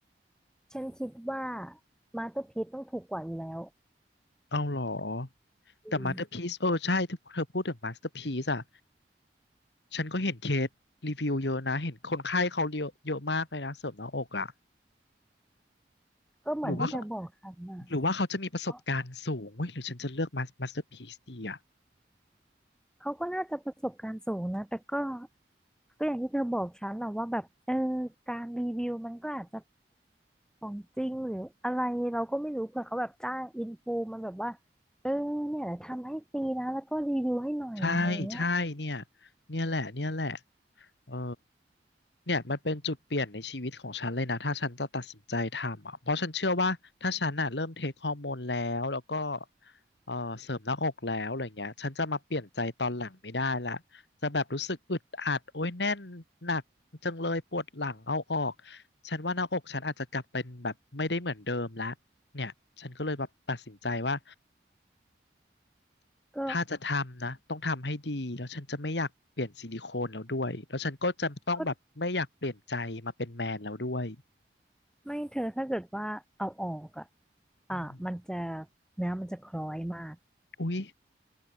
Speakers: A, in the centre; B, on the left.
A: ฉันคิดว่ามาสเตอร์พีซต้องถูกกว่าอยู่แล้ว
B: เอาเหรอ
A: อืม
B: แต่มาสเตอร์พีซเออใช่เธอเธอพูดถึงมาสเตอร์พีซอ่ะ ฉันก็เห็นเคสรีวิวเยอะนะ เห็นคนไข้เขาเยอะเยอะมากเลยนะเสริมหน้าอกอ่ะ
A: ก็เหมือนที่เธอบอกฉันนะ
B: หรือว่าเขาหรือว่าเขาจะมีประสบการณ์สูงเว้ยหรือฉันจะเลือกมาสเตอร์พีซดีอ่ะ
A: ก็เขาก็น่าจะประสบการณ์สูงนะแต่ก็ก็อย่างที่เธอบอกฉันนะว่าแบบเออการรีวิวมันก็อาจจะของจริงหรืออะไรเราก็ไม่รู้เผื่อเขาแบบจ้างอินฟูมันแบบว่าเออเนี่ยทำให้ฟรีนะแล้วก็รีวิวให้หน่อยอะไรอย่างเงี้ย
B: ใช่ใช่เนี่ยเนี่ยแหละเนี่ยแหละเออเนี่ยมันเป็นจุดเปลี่ยนในชีวิตของฉันเลยนะถ้าฉันจะตัดสินใจทำอ่ะเพราะฉันเชื่อว่าถ้าฉันอ่ะเริ่มเทคฮอร์โมนแล้วแล้วก็เออเสริมหน้าอกแล้วอะไรเงี้ยฉันจะมาเปลี่ยนใจตอนหลังไม่ได้ละจะแบบรู้สึกอึดอัดโอ้ยแน่นหนักจังเลยปวดหลังเอาออกฉันว่าหน้าอกฉันอาจจะกลับเป็นแบบไม่ได้เหมือนเดิมละเนี่ยฉันก็เลยแบบตัดสินใจว่า
A: ก็
B: ถ้าจะทำนะต้องทำให้ดีแล้วฉันจะไม่อยากเปลี่ยนซิลิโคนแล้วด้วยแล้วฉันก็จะต้องแบบไม่อยากเปลี่ยนใจมาเป็นแมนแล้วด้วย
A: ก็ ไม่เธอถ้าเกิดว่าเอาออกอ่ะอ่ามันจะ
B: อืม
A: เนื้อมันจะคล้อยมาก
B: อุ๊ย